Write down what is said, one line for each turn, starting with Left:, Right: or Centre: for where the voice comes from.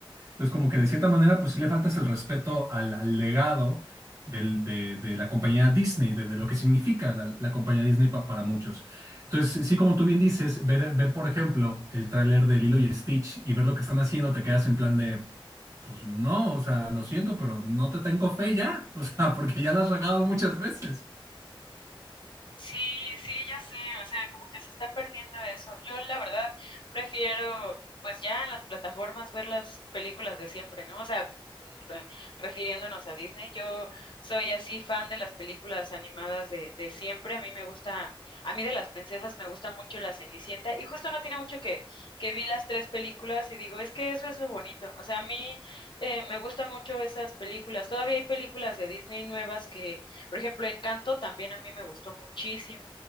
Right: entonces como que de cierta manera, pues sí le faltas el respeto al, al legado del- de, de la compañía Disney, de, de lo que significa la, la compañía Disney pa- para muchos. Entonces, sí, como tú bien dices, ver, ver por ejemplo, el tráiler de Lilo y Stitch y ver lo que están haciendo, te quedas en plan de, pues no, o sea, lo siento, pero no te tengo fe ya, <laughs> o sea, porque ya la has regado muchas veces.
Left: Sí, sí, ya sé, o sea, como que se está perdiendo eso. Yo la verdad prefiero, pues ya en las plataformas ver las películas de siempre, ¿no? O sea, re- refiriéndonos a Disney, yo soy así fan de las películas animadas de, de siempre. A mí me gusta, a mí de las princesas me gusta mucho La Cenicienta y justo no tiene mucho que, que vi las tres películas y digo, es que eso es lo bonito. O sea, a mí eh, me gustan mucho esas películas. Todavía hay películas de Disney nuevas que por ejemplo, Encanto también a mí me gustó muchísimo.